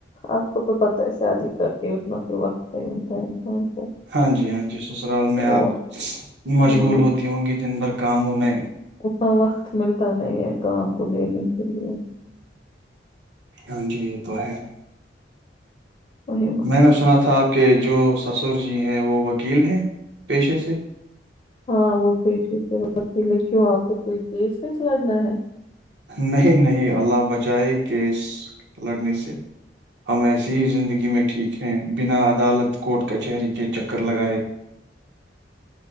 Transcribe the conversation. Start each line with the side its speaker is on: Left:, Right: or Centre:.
Left: آپ کو تو پتہ ہے شادی کر کے اتنا پھر وقت پہ ملتا ہے انسان <unintelligible>
Right: ہاں جی ہاں جی سسرال میں
Left: اور
Right: آپ مشغول
Left: ہاں
Right: ہوتی ہوں گی دن بھر کاموں میں
Left: اتنا وقت ملتا نہیں ہے کام کو دینے کےلئے
Right: ہاں جی یہ تو ہے <unintelligible>
Left: وہی مسئلہ
Right: میں نے سنا تھا آپ کہ جو سسر جی ہیں وہ وکیل ہیں پیشے سے <unintelligible>
Left: ہاں وہ پیشے سے بات م لے کیوں آپ کو کوئی کیس ویس لڑنا ہے
Right: نہیں نہیں اللہ بچائے کہ اس لڑنے سے ہم ایسیے ہی زندگی میں ٹھیک ہیں بنا عدالت کوورٹ کچہری کے چکر لگائے